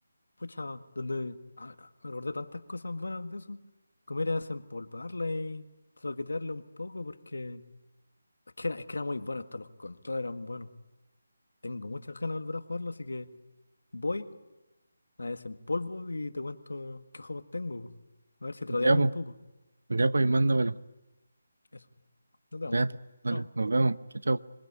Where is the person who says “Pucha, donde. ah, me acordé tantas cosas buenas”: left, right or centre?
Left